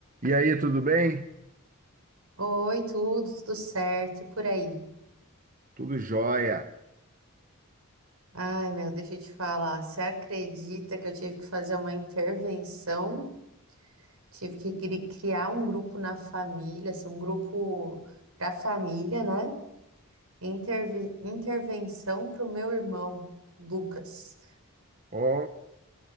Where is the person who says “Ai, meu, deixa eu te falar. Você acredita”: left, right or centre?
Right